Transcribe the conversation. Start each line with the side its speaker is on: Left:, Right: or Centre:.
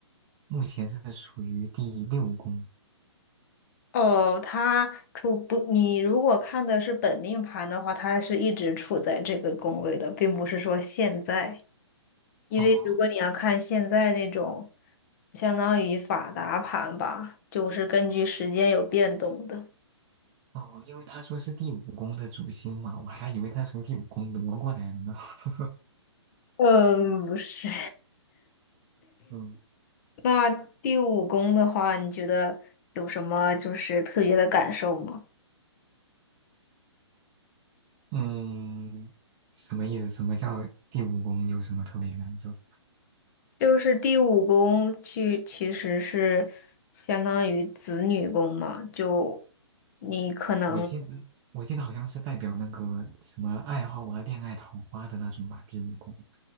Right: 目前是属于第六宫。
Left: 哦，他处不，你如果看的是本命盘的话，他是一直处在这个宫位的，并不是说现在。因为如果你要看现在那种，
Right: 哦。
Left: 相当于法达盘吧，就是根据时间有变动的。
Right: 哦，因为他说是第五宫的主星嘛，我还以为他从第五宫挪过来呢。<laughs>
Left: 嗯，<laughs> 不是。
Right: 嗯
Left: 那第五宫的话，你觉得有什么就是特别的感受吗？
Right: 嗯，什么意思？什么叫第五宫？有什么特别感受？
Left: 就是第五宫去其实是相当于子女宫嘛，就你可能
Right: 我记得我记得好像是代表那个什么爱好啊、恋爱、桃花的那种吧。第五宫，